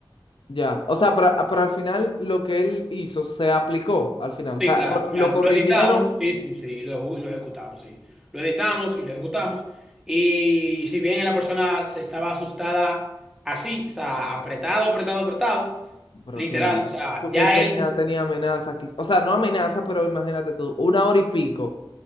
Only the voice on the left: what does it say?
ya. O sea, pero, ah, pero al final lo que él hizo se aplicó al final. O
sea,
cor-
lo corrigieron,
pero
claro.
Porque
él tenía,
tenía amenaza aquí. O sea, no amenaza, pero imagínate tú, una hora y pico.